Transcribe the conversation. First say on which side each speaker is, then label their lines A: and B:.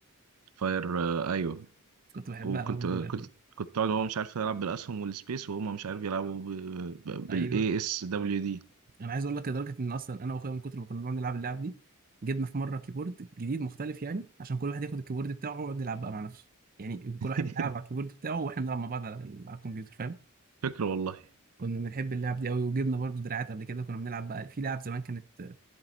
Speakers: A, on the right; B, on the right.
A: فاير آه، ايوه
B: كنت بحبها
A: وكنت
B: قوي برضه
A: كنت
B: اللعبه دي
A: كنت اقعد وهو مش عارف يلعب بالاسهم والسبيس وهما مش عارف يلعبوا بالاي
B: ايوه
A: اس دبليو دي
B: انا عايز اقول لك لدرجه ان اصلا انا واخويا من كتر ما كنا بنقعد نلعب اللعب دي جبنا في مره كيبورد جديد مختلف يعني عشان كل واحد ياخد الكيبورد بتاعه ويقعد يلعب بقى مع نفسه يعني كل
A: <laughs>
B: واحد بيلعب على الكيبورد بتاعه واحنا بنلعب مع بعض على ال- على الكمبيوتر فاهم
A: فكرة والله
B: كنا بنحب اللعب دي قوي وجبنا برضه دراعات قبل كده كنا بنلعب بقى في لعب زمان كانت